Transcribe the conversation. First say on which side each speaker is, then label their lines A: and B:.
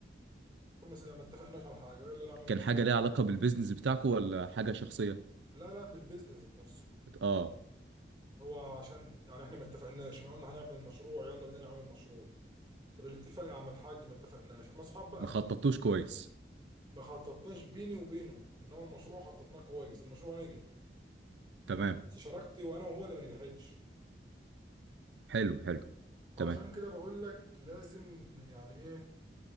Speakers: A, on the right; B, on the right.
A: كنا سايبين ما اتفقناش على حاجه يلا نعمل
B: كان
A: مشروع
B: حاجة ليها علاقة بالبيزنس بتاعكو ولا حاجة شخصية
A: لا لا بالبيزنس ذات نفسه
B: اه
A: هو عشان يعني احنا ما اتفقناش احنا قلنا هنعمل مشروع يلا بينا نعمل المشروع طب الاتفاق يا عم الحاج ما اتفقناش احنا اصحاب بقى
B: ما خططتوش كويس
A: ما خططناش بيني وبينه انما المشروع خططناه كويس المشروع نجح
B: تمام
A: بس شراكتي وانا وهو اللي ما نجحتش
B: حلو حلو
A: فعشان
B: تمام
A: كده بقول لك لازم يعني ايه